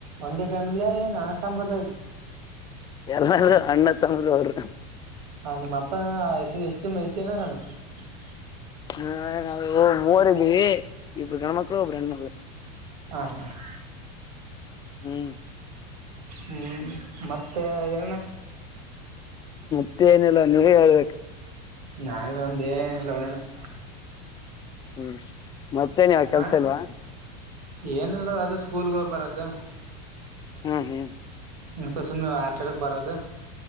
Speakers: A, on the right; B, on the left.
A: ಒಂದೇ ಫ್ಯಾಮಿಲಿಯ ಎನ ಅಣ್ಣತ್ತಂಬರ್
B: ಎಲ್ಲಾರೂ ಅಣ್ಣ ತಮ್ಮಂದಿರುಅವರು
A: ಹ ನಿಮ್ಮ ಅಪ್ಪ ಎ ಮಸನಾರಣ <unintelligible>
B: ಹ್ಮ, ನಾವುಮೂವರ್ ಇದೀವಿ ಇಬ್ಬರು ಗಂಡಮಕ್ಕಳು ಇಬ್ಬರು ಹೆಣ್ಮಕ್ಕಳು.
A: ಹಾ <inaudible>
B: ಹ್ಮ್
A: ಹ್ಮ್, ಮತ್ತೆ ಎಳಣ್ಣ.
B: ಮತ್ತ ಏನಿಲ್ಲ ನೀವೇ ಹೇಳ್ಬೇಕು.
A: ನಾವ ಒಮ್ದ ಏನಲ್ಲ ಒಡೋಣ <unintelligible>
B: ಹ್ಮ್, ಮತ್ತೇನು ಕೆಲ್ಸ
A: ಹಣ
B: ಅಲ್ವಾ.
A: ಏನಲ್ಲ ನೋಡು ಅದೇ ಸ್ಕೂಲ್ಗ ಹೋಗ್ ಬರದು.
B: ಹ್ಮ್, ಹ್ಮ್
A: ಮತ್ತ ಸುಮ್ಮ್ನೆ ಆಟ ಆಡಕ್ ಬರದು.